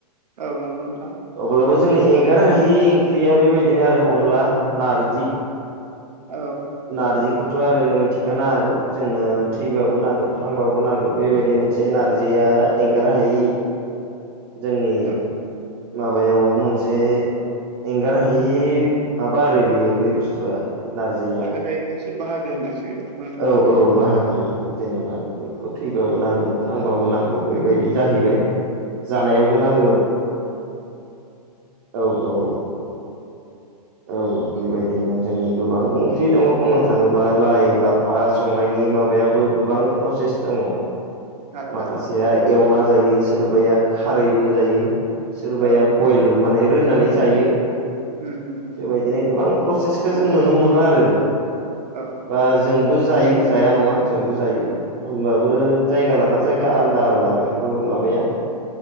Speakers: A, on the right (about 80°); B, on the right (about 40°).
A: औ नंगौ नोंथां
B: अब्लाबो जोंनो एंगार हायि ओंख्रिया बेबायदिनो आरो अनला नारजि
A: औ
B: नारजिखौथ' आरो मिथिखानो हागौ जोंनो थैबाबो नांगौ थांबाबो नांगौ बेबायदि मोनसे मोनसे नारजिया एंगार हायि जोंनि
A: औ
B: माबायाव मोनसे एंगार हायि माबा आरो बेयो बे बुस्थुआ नारजिया
A: एंगारनो हायि मोनसे बाहागो होननांसिगोन आरो
B: औ औ बाहागो जेनेबा बेखौ थैबाबो नांगौ थांबाबो नांगौ बेबायदि जाहैबाय जानायावबो
A: औ
B: नांगौ औ औ औ बेबायदिनो जोंनि गोबां ओंख्रि दङ बुंनो थाङोब्ला लाइ लाफा फा संनायनि माबायाबो गोबां प्रसेस दङ
A: आलादा
B: माखासेया
A: आलादा
B: एवना जायो सोरबाया खारैबो जायो सोरबाया
A: औ
B: बयल माने रोननानै जायो
A: उम
B: बिदिनो गोबां प्रसेसखौ जों नुनो मोनो आरो
A: नंगौ
B: बा
A: नोंथां
B: जोंबो जायो जाया नङा जोंबो जायो होमबाबो जायगा लाना जायगा आलादा आलादा बेफोरो माबाया